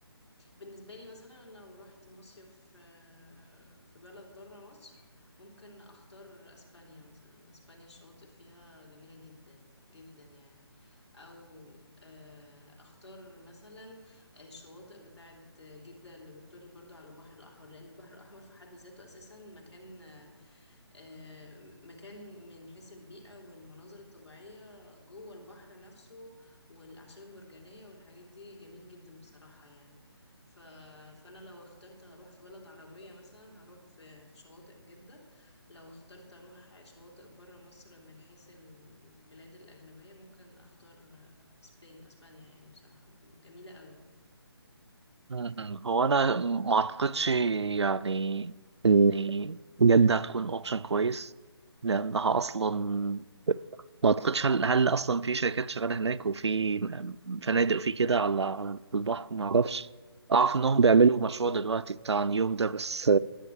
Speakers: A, on the left; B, on the right.
A: بالنسبة لي مثلا لو رحت مصيف آه، في بلد برا مصر ممكن اختار اسبانيا مثلا اسبانيا الشواطئ فيها جميلة جدا جدا يعني او آه، اختار مثلا الشواطئ بتاعت جدة اللي بتطل برضو على البحر الأحمر لأن البحر الأحمر في حد ذاته أساسا مكان آه، مكان من حيث البيئة والمناظر الطبيعية جوه البحر نفسه والأعشاب المرجانية والحاجات دي جميل جدا بصراحة يعني ف... فأنا لو اخترت هروح في بلد عربية مثلا هروح في, في شواطئ جدة لو اخترت أروح شواطئ برا مصر من حيث ال- البلاد الأجنبية ممكن أختار آه، سبين أسبانيا يعني بصراحة جميلة قوي
B: م- م. هو أنا ما أعتقدش يعني إن جدة هتكون أوبشن كويس لأنها أصلا ما أعتقدش هل هل أصلا في شركات شغالة هناك وفي م- فنادق وفي كده على على البحر ما أعرفش أعرف إنهم بيعملوا مشروع دلوقتي بتاع نيوم ده بس